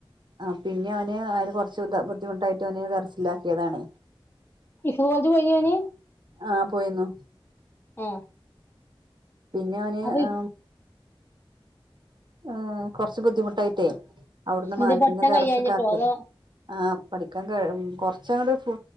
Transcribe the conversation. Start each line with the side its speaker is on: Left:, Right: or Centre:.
Right: ആ പിന്നെ അവന് അവന് കൊർച്ച് ത ബുദ്ധിമുട്ടായിട്ട് ഓനെ ദർസിലാക്കിയതാണ്
Left: ഹിഫ്ള് കോളേജ് പോയീനിയോ ഓന്
Right: ആ പോയിന്നു
Left: ആ
Right: പിന്നെ അവന്
Left: അപ്പൊ
Right: ആ ഉം കൊർച്ച് ബുദ്ധിമുട്ടായിട്ടേ അവ്ട്ന്ന്
Left: എന്തേ
Right: മാറ്റി
Left: പഠിച്ചാൻ
Right: ന്നെ ദർസ്ക്കാക്കി
Left: കഴിയാഞ്ഞിട്ടോ അതോ
Right: ആ പഠി ക്കാൻ കഴ് കൊർച്ചങ്ങട്ട്